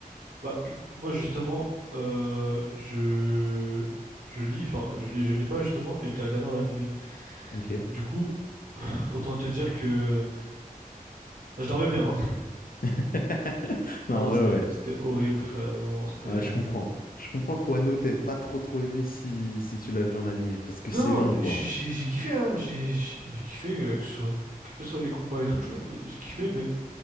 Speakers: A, on the right; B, on the left.
A: Bah, éc- moi justement, euh, je je lis, enfin je lis, je lis pas justement et je l'ai regardé en animé.
B: Ok.
A: Du coup, <laughs> autant te dire que je dormais bien. hein.
B: <laughs> Non,
A: Ah non,
B: en vrai,
A: c'était
B: ouais.
A: c'était horrible, frère. Vraiment, c'était.
B: Ah, je comprends. Je comprends qu'Wano t'aies pas trop trop aimé si, si tu l'as vu en animé, parce que
A: Non,
B: c'est long, quoi.
A: j'ai j'ai- j'ai kiffé, hein. J'ai j'ai- j'ai kiffé euh, que ce soit que ce soit les combats et tout, tu vois. J'ai j'ai kiffé, mais